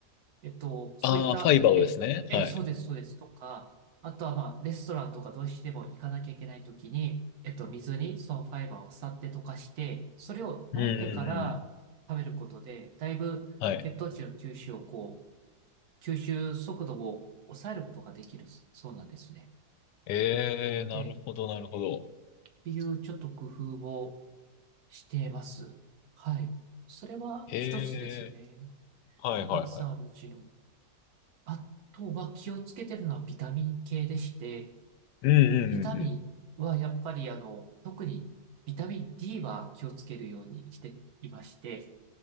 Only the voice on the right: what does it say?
えっと、そういった、
え、え、
そうです、そうです、とか、あとは、まあ、レストランとかどうしても行かなきゃいけないときに、えっと、水にそのファイバーをさって溶かして、それを飲んでから食べることで、
だいぶ血糖値の吸収をこう、
吸収速度を抑えることができる、そうなんですね。
ええ、っていうちょっと工夫をしています。はい。それは一つですね。
たくさんあるうちの。あとは気をつけてるのはビタミン系でして、
ビタミンはやっぱりあの、特にビタミン D は気をつけるようにしていまして、